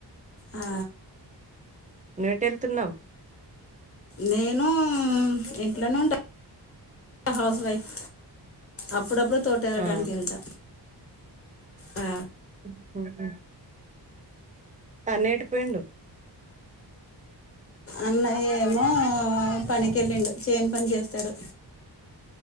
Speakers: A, on the left; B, on the right.
A: ఆ,
B: నువ్ ఎటెళ్తున్నావ్
A: నేను ఇంట్లోనే ఉంటా హౌస్ వైఫ్ అప్పుడప్పుడు తోటరేడానికి
B: ఆ
A: వెళ్తా ఆ,
B: ఉహు హూ అన్నేటు పోయిండు
A: అన్నయ్య ఏమో పనికి వెళ్ళిండు చేని పని చేస్తాడు